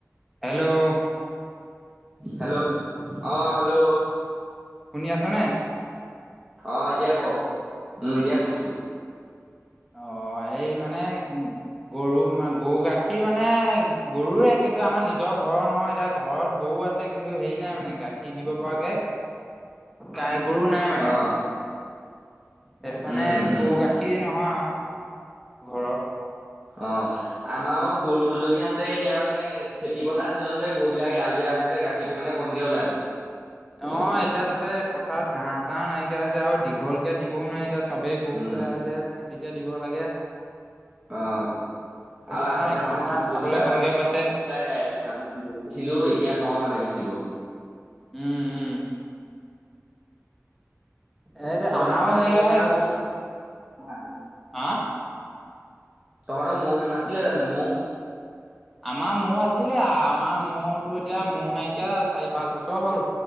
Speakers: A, in the centre; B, on the right.
A: হেল্ল'
B: হেল্ল' আহ হেল্ল'
A: শুনি আছনে?
B: অ এতিয়া ক উম এতিয়া শুনিছো
A: অ সেই মানে গৰু ম গৰু গাখীৰ মানে গৰুৱে কিন্তু আমাৰ নিজৰ ঘৰৰ নহয় এতিয়া ঘৰত গৰু আছে কিন্তু হেৰি নাই মানে গাখীৰ দিব পৰাকে। গাই গৰু নাই মানে।
B: অ
A: সেইটো কাৰণে
B: উম উম
A: গৰু গাখীৰ নহয় আৰু ঘৰৰ।
B: অ আমাৰ গৰু দুজনী আছে এতিয়া মানে খেতি পথাৰ চিজন যে গৰু বিলাক এৰাল দিয়া ছে যে গাখীৰটো মানে কমকে ওলাই তটো
A: অ এতিয়া তাতে পথাৰত ঘাঁ চাহ নাইকিয়া হৈছে আৰু দীঘলকে দিবও নোৱাৰি এতিয়া সবেই গৰুবোৰে
B: উম
A: এৰাল দিয়ে চুটিকে দিব লাগে।
B: আহ
A: সেইটো
B: আৰু
A: কাৰণে
B: আগতে
A: ঘাঁহ
B: মানে
A: চাহ
B: তোৰ দুজনীৰ
A: খাবলৈ
B: পৰা
A: কমকে
B: ধৰ তিনিটাই
A: পাইছে
B: দেখিছিলো। এতিয়া নোৱাৰো মানে বেচিব।
A: উম উম এইটো
B: তহঁতৰ
A: আমাৰো
B: আগতে
A: সেয়াহে
B: মহ এহাল আছিলে।
A: হা
B: তহঁৰ মহে নাছিলে জানো মহ
A: আমাৰ মৌ আছিলে আমাৰ মৌতো এতিয়া মৌ নাইকিয়া চাৰি পাঁচ বছৰ হ'ল